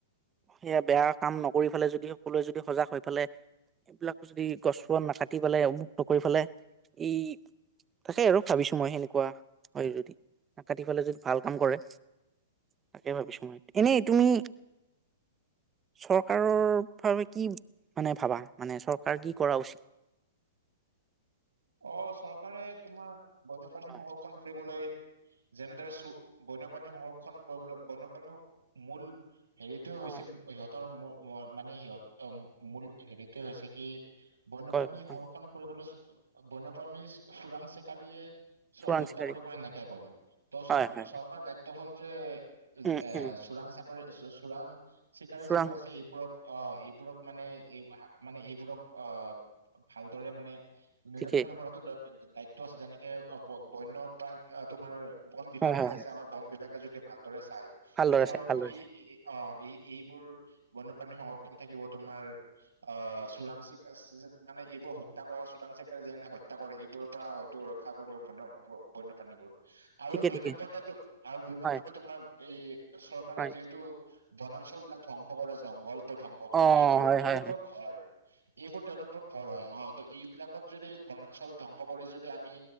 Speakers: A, on the right; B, on the right.
A: সেয়া বেয়া কাম নকৰি ফালে যদি সকলোৱে যদি সজাগ হৈ পেলে এইবিলাক যদি গছবন নাকাটি পেলাই অমখ নকৰি ফেলে ই তাকেই আৰু ভাবিছো মই সেনেকুৱা হয় যদি নাকাটি পেলাই যদি ভাল কাম কৰে তাকে ভাবিছো মই এনেই তুমি চৰকাৰৰ বাবে কি মানে ভাবা মানে চৰকাৰ কি কৰা উচিত
B: অ চৰকাৰে তোমাৰ বন্যপ্ৰণী
A: হয়
B: সংৰক্ষণ কৰিবলৈ যেনেদৰে বন্যপ্ৰাণী সংৰক্ষণ কৰিবলৈ বন্যপ্ৰাণী মূল হেৰিতো হৈছে
A: অ
B: সিহঁতৰ মানে সিহঁত মূল হেৰিটো হৈছে কি বন্যপ্ৰাণী
A: কয় হয়
B: সংৰক্ষণ কৰিবলৈ বন্যপ্ৰামী চোৰাং চেকাৰীয়ে
A: চোৰাং
B: হত্যা
A: চিকাৰী
B: কৰি কৰি নাইকিয়া কৰে ত
A: হয়
B: চৰকাৰ
A: হয়
B: চৰকাৰৰ দায়িত্ব হ'ল যে
A: উম
B: এ
A: উম
B: চোৰাং চাকৰি চো চোৰাং চিকাৰী
A: চোৰাং
B: যিবোৰ আছে এইবোৰক অ এইবোৰক মানে এই মানে এইবোৰক অ ভালদৰে মানে নিৰক্ষণ
A: ঠিকেই
B: কৰাটো দৰ দায়িত্ব আছে যেনেকে অ বন্য প্ৰাণ তোমাৰ বন বিভাগ
A: হয় হয়
B: যে
A: হয়
B: আছে আমাৰ বন বিভাগ সিহঁতে যদি ভালদৰে চাই
A: ভালদৰে
B: তেতিয়া
A: চাই
B: হয়তো
A: ভালদৰে
B: ই
A: চাই
B: অ এই এই এইবোৰ বন্যপ্ৰাণী সংৰক্ষণ থাকিব তোমাৰ অ চোৰাং চিকাৰী মানে এইবোৰ হত্যা কৰা চোৰাং চিকা যেনে হত্যা কৰে এইবোৰৰ পৰা হয়তো ৰক্ষা কৰিব বন বন্যপ্ৰাণীবোৰ আৰু
A: ঠিকে
B: দুই
A: ঠিকে
B: নম্বৰতেটো আৰু দুই নম্বৰতে
A: হয়
B: তোমাৰ এই চৰকাৰে
A: হয়
B: যিহেতু বনাঞ্চল বিলাক ধ্বংস কৰে জংঘল বোৰ ধ্বংস কৰে
A: অ
B: এইবোৰ
A: হয়
B: তেওঁলোকৰ
A: হয় হয়
B: ঘৰ, এইবোৰ তেওঁলোকৰ ঘৰ হয় ন ত এই বিলাক ত যদি বনাঞ্চল ধ্বংস কৰি যদি আমি